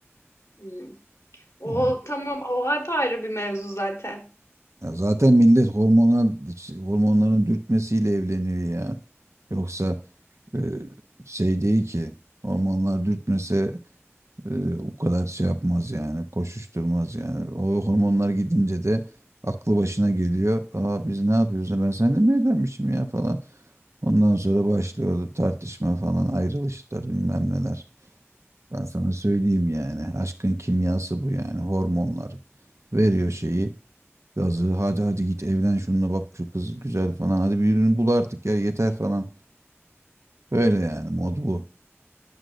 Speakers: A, on the left (about 80°); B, on the right (about 80°).
A: İyi. O
B: Hı.
A: tamam o apayrı bir mevzu zaten.
B: Ya zaten millet hormonal hormonların dürtmesiyle evleniyor ya. Yoksa e, şey değil ki hormonlar dürtmese Ee, o kadar şey yapmaz yani, koşuşturmaz yani. O hormonlar gidince de aklı başına geliyor. Aa biz ne yapıyoruz? Ben seninle mi evlenmişim ya falan. Ondan sonra başlıyor tartışma falan, ayrılışlar bilmem neler. Ben sana söyleyeyim yani. Aşkın kimyası bu yani. Hormonlar veriyor şeyi, gazı. Hadi hadi git evlen şununla bak şu kız güzel falan. Hadi birini bul artık ya yeter falan. Böyle yani mod bu.